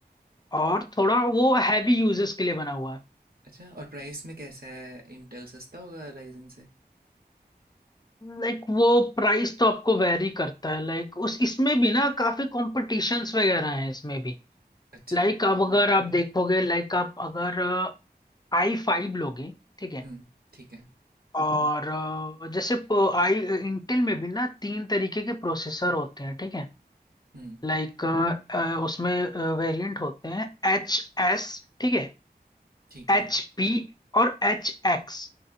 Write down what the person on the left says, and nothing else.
और थोड़ा वो हैवी यूजर्स के लिए बना हुआ है
लाइक वो प्राइस तो आपको वेरी करता है लाइक उस इसमें भी ना काफी कॉम्पिटिशन्स वगैरह हैं इसमें भी
लाइक अब अगर आप देखोगे लाइक आप अगर आई फाइव लोगे ठीक है
और अ, जैसे प- आई इंटेल में भी ना तीन तरीके के प्रोसेसर होते हैं ठीक है
लाइक हम्म उसमें वेरिएंट होते हैं एच एस ठीक है
एच पी और एच एक्स